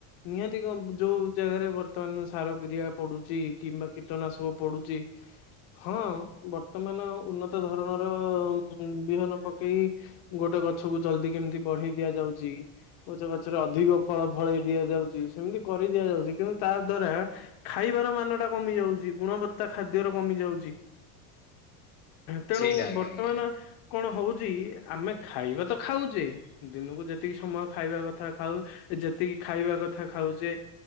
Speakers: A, on the left; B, on the left.
A: ନିହାତି, କଣ ଯୋଉ ଜାଗାରେ ବର୍ତ୍ତମାନ ସାର ପିିଡିଆ ପଡୁଛି କିମ୍ବା କୀଟନାଶକ ପଡୁଛି ହଁ, ବର୍ତ୍ତମାନ ଉନ୍ନତ ଧରଣର ବିହନ ପକେଇ ଗୋଟେ ଗଛ କୁ ଜଲଦି କେମିତି ବଢ଼େଇ ଦିଆଯାଉଛି, ଗୋଟେ ଗଛରେ ଅଧିକ ଫଳ ଫଳେଇ ଦିଆଯାଉଛି ସେମିତି କରି ଦିଆଯାଉଛି କିନ୍ତୁ ତା ଦ୍ଵାରା ଖାଇବାର ମାନ ଟା କମି ଯାଉଛି ଗୁଣବତ୍ତା ଖାଦ୍ୟ ର କମି ଯାଉଛି। ତେଣୁ
B: ସେଇଟା ଆଜ୍ଞା
A: ବର୍ତ୍ତମାନ
B: ଆଜ୍ଞା
A: କଣ ହଉଛି ଆମେ ଖାଇବା ତ ଖାଉଛେ। ଦିନକୁ ଯେତିକି ସମୟ ଖାଇବା କଥା ଖାଉ ଯେତିକି ଖାଇବା କଥା ଖାଉଛେ।